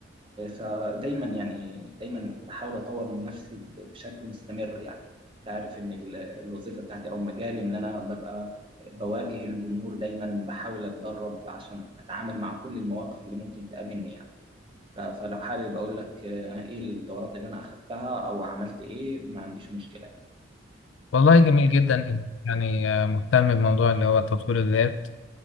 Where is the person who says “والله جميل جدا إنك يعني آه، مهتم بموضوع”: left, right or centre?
Left